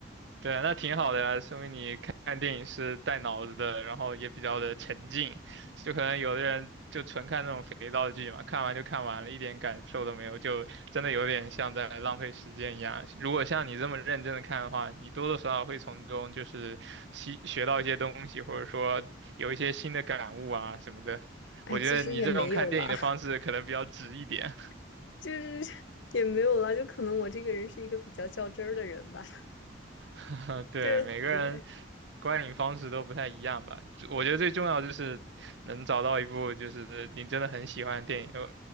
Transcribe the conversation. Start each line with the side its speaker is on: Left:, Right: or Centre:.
Right: 对，那挺好的呀，说明你看看电影是带脑子的，然后也比较的沉浸。就可能有的人就纯看那种肥皂剧嘛，看完就看完了，一点感受都没有，就真的有点像在浪费时间一样。如果像你这么认真的看的话，你多多少少会从中就是吸学到一些东西，或者说有一些新的感悟啊什么的。
Left: 哎，
Right: 我觉得你这种看电影的方式可能比较直一点，
Left: 其实也没有啦，<laughs> 就是也没有啦，就可能我这个人是一个比较较真儿的人吧，
Right: <laughs> 对，
Left: <laughs> 就对，
Right: 每个人观影方式都不太一样吧。就我觉得最重要就是能找到一部就是你真的很喜欢的电影。呃